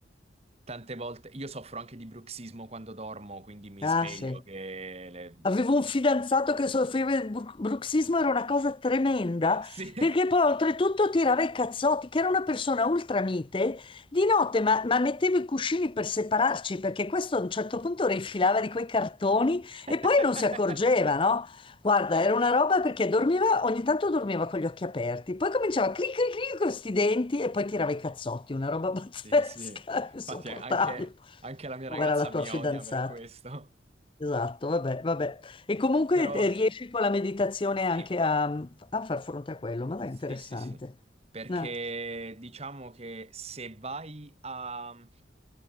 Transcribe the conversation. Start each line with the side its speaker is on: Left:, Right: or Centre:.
Right: Tante volte io soffro anche di bruxismo quando dormo, quindi mi
Left: Ah,
Right: sveglio
Left: sì.
Right: che... le-
Left: Avevo un fidanzato che soffriva di bru- bruxismo, era una cosa tremenda,
Right: Sì.
Left: perché poi oltretutto tirava i cazzotti, che era una persona ultramite, di notte, ma, ma mettevo i cuscini per separarci, perché questo a un certo punto rifilava di quei cartoni
Right: <laughs>
Left: e poi non si accorgeva, no? Guarda, era una roba perché dormiva, ogni tanto dormiva con gli occhi aperti, poi cominciava a clic clic clic con questi denti e poi tirava i cazzotti, una roba <laughs> pazzesca,
Right: Sì, sì. Infatti
Left: insopportabile.
Right: eh, anche, anche la mia
Left: Povera
Right: ragazza
Left: la tua
Right: mi
Left: fidanzata.
Right: odia per questo.
Left: Esatto, vabbè, vabbè. E comunque
Right: Però
Left: eh, riesci con la meditazione
Right: sì,
Left: anche a, a far fronte a quello, ma dai,
Right: sì,
Left: interessante.
Right: sì, sì. Perché
Left: Eh,
Right: diciamo che se vai a